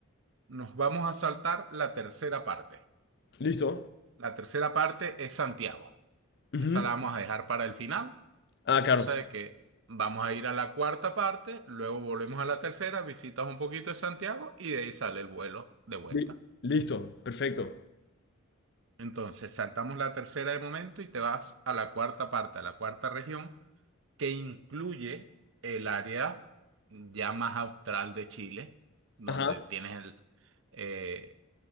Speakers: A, on the right (about 60°); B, on the left (about 50°).
A: nos vamos a saltar la tercera parte.
B: ¿Listo?
A: La tercera parte es Santiago.
B: Ujú.
A: Esa la vamos a dejar para el final,
B: Ah,
A: cosa
B: claro.
A: de que vamos a ir a la cuarta parte, luego volvemos a la tercera, visitas un poquito de Santiago y de ahí sale el vuelo de vuelta.
B: Li- Listo. Perfecto.
A: Entonces saltamos la tercera de momento y te vas a la cuarta parte, a la cuarta región que incluye el área ya más austral de Chile, donde
B: Ajá.
A: tienes el, eh,